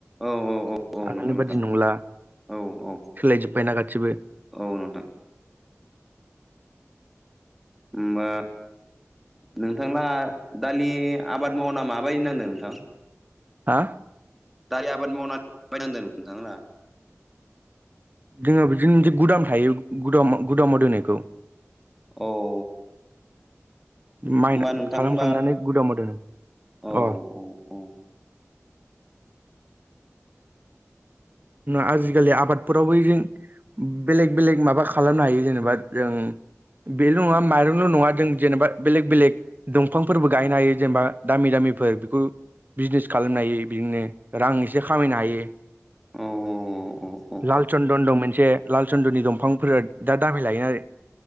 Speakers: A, in the centre; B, on the right.
A: औ औ औ औ
B: आगोलनि
A: नंगौ नोंथां
B: बादि नंला
A: औ औ
B: सोलायजोबबायना गासिबो
A: औ नोंथां होमबा नोंथांना दालि आबाद मावना माबायदि नांदों नोंथां
B: हा
A: दारि आबाद मावनानै बायनांदों नोंथांमोना
B: जोङो बिदिनो मोनसे गुदाम थायो गुद गुदामाव दोनायखौ
A: औ
B: माइ
A: होमबा नोंथां
B: खालामखांनानै
A: होमबा
B: गुदामाव दो
A: औ
B: अ
A: औ औ
B: ना आजिखालि आबादफोराव बैजों बेलेग बेलेग माबा खालामनो हायो जेनेबा जों बेल' नङा माइरंल' नङा जों जेनेबा बेलेग बेलेग दंफांफोरबो गायनो हायो जेनेबा दामि दामिफोर बेखु बिजनेस खालामनो हायो बिनिनो रां एसे खामायनो हायो
A: औ औ औ
B: लाल चन्दन दं मोनसे लाल चन्दनि दंफांफोरा दा दाबि लायो आरो